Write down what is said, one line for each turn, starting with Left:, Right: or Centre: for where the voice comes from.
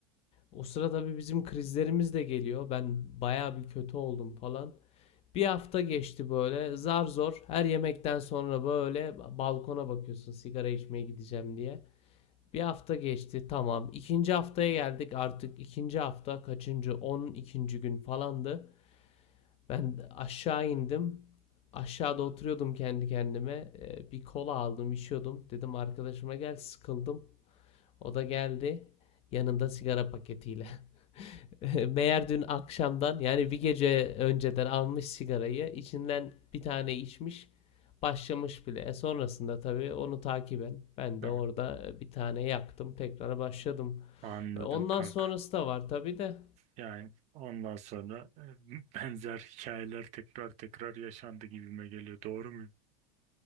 Left: O sıra tabii bizim krizlerimiz de geliyor. Ben bayağı bir kötü oldum falan. Bir hafta geçti böyle zar zor her yemekten sonra böyle balkona bakıyorsun sigara içmeye gideceğim diye. Bir hafta geçti tamam. İkinci haftaya geldik artık ikinci hafta kaçıncı on ikinci gün falandı. Ben aşağı indim. Aşağıda oturuyordum kendi kendime. Ee, Bir kola aldım, içiyordum. Dedim arkadaşıma gel, sıkıldım. O da geldi. Yanında sigara paketiyle. <laughs> Meğer dün akşamdan yani bir gece önceden almış sigarayı. içinden bir tane içmiş. Başlamış bile. E sonrasında tabii onu takiben ben
Right: Ha,
Left: de orada bir tane yaktım. Tekrar başladım.
Right: anladım
Left: E ondan
Right: kanka.
Left: sonrası da var tabii de.
Right: Yani ondan sonra e, <laughs> benzer hikayeler tekrar tekrar yaşandı gibime geliyor. Doğru mu?